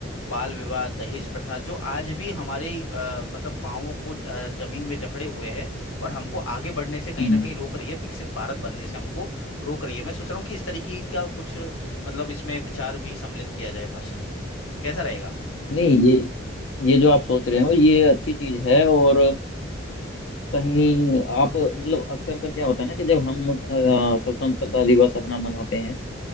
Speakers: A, on the left; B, on the left.
A: बाल विवाह दहेज प्रथा जो आज भी हमारे अ, मतलब पांवों को ज- अ, जमीन में जकड़े हुए है और हमको आगे बढ़ने से कहीं
B: हम्म
A: ना कहीं रोक रही है विकसित भारत बनने से हमको रोक रही है मैं सोच रहा हूँ कि इस तरीके का कुछ मतलब इसमें विचार भी सम्मिलित किया जाए भाषण में कैसा रहेगा
B: नहीं ये ये जो आप सोच रहे हो ये अच्छी चीज है और कहीं आप मतलब अक्सर कर क्या होता है ना कि जब हम अ, स्वतंत्रता दिवस अपना मनाते हैं